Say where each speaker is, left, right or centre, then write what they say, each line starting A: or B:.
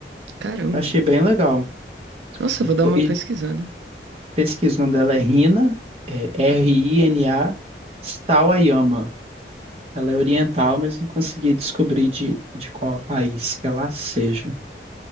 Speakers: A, on the right; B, on the right.
A: Caramba.
B: Eu achei bem legal.
A: Nossa,
B: E,
A: eu vou
B: to-
A: dar uma
B: e
A: pesquisada.
B: pesquisa, o nome dela é Rina, é R-I-N-A Sawayama. Ela é oriental, mas não consegui descobrir de, de qual país que ela seja.